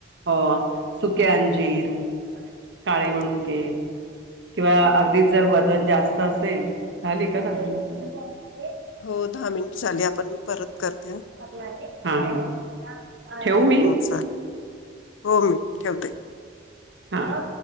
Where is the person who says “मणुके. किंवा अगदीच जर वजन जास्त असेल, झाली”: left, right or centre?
Right